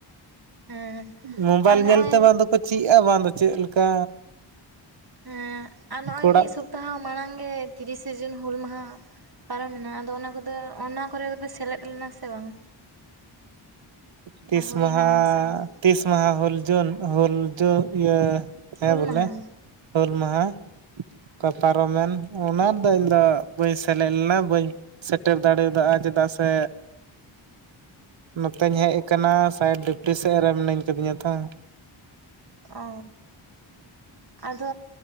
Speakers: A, on the right (about 45°); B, on the right (about 65°).
A: ᱦᱮᱸ
B: ᱢᱳᱵᱟᱭᱤᱞ
A: ᱟᱨ ᱱᱚᱜᱼᱚᱭ
B: ᱧᱮᱞᱛᱮ ᱵᱟᱝ ᱫᱚ ᱪᱤᱜᱼᱟ ᱵᱟᱝ ᱫᱚ ᱪᱮᱫ ᱞᱮᱠᱟ?
A: ᱦᱮᱸ ᱟᱨ ᱱᱚᱜᱼᱚᱭ
B: ᱠᱚᱲᱟᱜ
A: ᱢᱤᱫ ᱥᱚᱯᱛᱟᱦᱚ ᱢᱟᱲᱟᱝ ᱜᱮ ᱛᱤᱨᱤᱥᱮ ᱡᱩᱱ ᱦᱩᱞ ᱢᱟᱦᱟ ᱯᱟᱨᱚᱢᱮᱱᱟ ᱟᱫᱚ ᱚᱱᱟ ᱠᱚᱫᱚ ᱚᱱᱟ ᱠᱚᱨᱮ ᱫᱚᱯᱮ ᱥᱮᱞᱮᱫ ᱞᱮᱱᱟ ᱥᱮ ᱵᱟᱝ?
B: ᱛᱤᱥ
A: ᱟᱨ ᱦᱩᱭᱱᱟ
B: ᱢᱟᱦᱟ
A: ᱥᱮ ᱵᱟᱝ
B: ᱛᱤᱥ ᱢᱟᱦᱟ ᱦᱩᱞ ᱡᱩᱱ ᱦᱞ ᱡᱩ ᱤᱭᱟᱹ ᱦᱮᱸ
A: ᱦᱩᱞ
B: ᱵᱚᱞᱮ
A: ᱢᱟᱦᱟ
B: ᱦᱩᱞ ᱢᱟᱦᱟ ᱚᱠᱟ ᱯᱟᱨᱚᱢᱮᱱ ᱚᱱᱟ ᱨᱮᱫᱚ ᱤᱧᱫᱚ ᱵᱟᱹᱧ ᱥᱮᱞᱮᱫ ᱞᱮᱱᱟ ᱵᱟᱹᱧ ᱥᱮᱴᱮᱨ ᱫᱟᱲᱮᱭᱟᱫᱟᱜᱼᱟ ᱪᱮᱫᱟᱜ ᱥᱮ ᱱᱚᱛᱮᱧ ᱦᱮᱡ ᱠᱟᱱᱟ ᱥᱟᱭᱤᱰ ᱰᱤᱯᱴᱤ ᱥᱮᱫ ᱨᱮ ᱢᱤᱱᱟᱹᱧ ᱠᱟᱫᱤᱧᱟ ᱛᱷᱚᱨ
A: ᱚ ᱟᱫᱚ